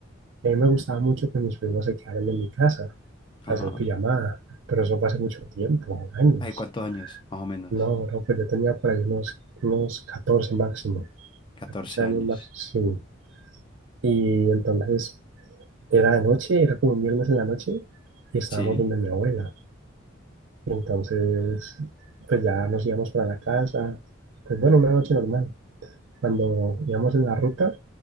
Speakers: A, on the right; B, on the left.
A: Y a mí me gustaba mucho que mis primos se quedaran en mi casa
B: Ajá.
A: a hacer pijamada, pero eso fue hace mucho tiempo, años.
B: ¿Hace cuántos años? Más o menos.
A: No, creo que yo tenía por ahí unos, unos 14 máximo,
B: catorce
A: 14 años
B: años.
A: máximo, sí. Y entonces era de noche, era como un viernes en la noche, y estábamos
B: Sí.
A: donde mi abuela. Entonces, pues ya nos íbamos para la casa, pues bueno, una noche normal. Cuando íbamos en la ruta,